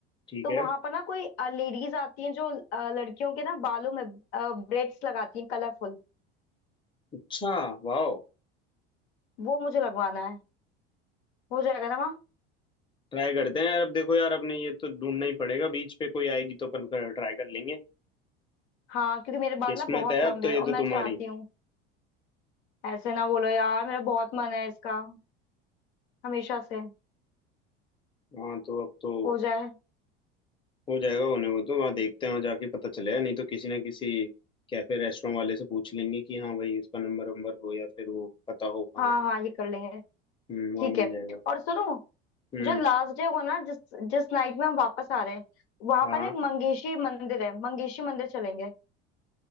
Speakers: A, on the left (about 15°); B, on the left (about 75°).
A: ठीक
B: तो
A: है
B: वहां पर ना कोई लेडीज आती हैं जो अ, लड़कियों के ना बालों में ब्रेड्स लगाती हैं कलरफुल
A: अच्छा वाह
B: वो मुझे लगवाना है हो जाएगा ना वहाँ
A: ट्राई करते हैं यार अब देखो यार अपने ये तो ढूंढना ही पड़ेगा बीच पे कोई आएगी तो अपन ट्राई कर लेंगे
B: हाँ क्योंकि मेरे बाल
A: किस्मत
B: ना बहुत
A: है
B: लंबे
A: अब तो
B: हैं
A: ये
B: और
A: तो
B: मैं
A: तुम्हारी
B: चाहती हूँ ऐसे ना बोलो यार मेरा बहुत मन है इसका हमेशा से
A: हाँ तो अब तो
B: हो जाए
A: हो जाएगा होने को तो वहाँ देखते हैं वहाँ जाके पता चलेगा नहीं तो किसी ना किसी कैफे रेस्टोरेंट वाले से पूछ लेंगे कि हाँ भाई इसका नंबर वंबर हो या फिर वो पता हो कहाँ
B: हाँ
A: है
B: हाँ ये कर लेंगे
A: हम्म वहाँ
B: ठीक
A: मिल
B: है
A: जाएगा
B: और सुनो
A: हम्म
B: जो लास्ट डे को ना जिस जिस नाइट में हम वापस आ रहे हैं वहां
A: हाँ
B: पर
A: हाँ,
B: ना एक मंगेशी मंदिर है मंगेशी मंदिर चलेंगे